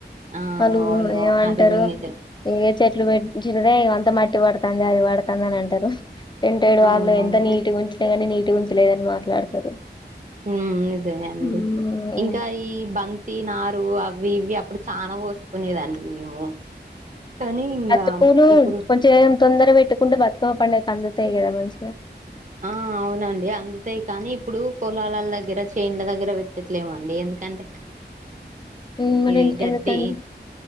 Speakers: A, on the right (about 45°); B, on the left (about 25°).
A: ఆ
B: వాళ్ళు
A: అవును
B: ఏమంటారు
A: అది కూడా నిజం
B: ఏ చెట్లు పెట్ంచినదే అంత మట్టి పడుతంది అది పడుతంది అని అంటారు రెంటేడ్ వాళ్ళు
A: అవునవును
B: ఎంత నీట్గుగుంచిన గాని నీట్ గుంచలేదని మాట్లాడతారు
A: ఆ నిజమే అండి
B: ఉమ్,
A: ఇంకా ఈ బంతి నారు అవి ఇవి అప్పుడు చానా పోసుకునేదండి మేము కానీ ఇంగా
B: బంతిపూలు
A: ఇప్పుడు
B: కొంచెం తొందర పెట్టుకుంటే బతుకమ్మ పండుగకి అందుతాయి కదా మంచిగా
A: ఆ అవునండి అందుతాయి కానీ ఇప్పుడు పోలాల దగ్గర చెన్లా దగ్గర పెట్టట్లేమండి ఎందుకంటే
B: ఉ మరి
A: ఇది
B: ఎంద్
A: గడ్డి
B: ఎందుకండి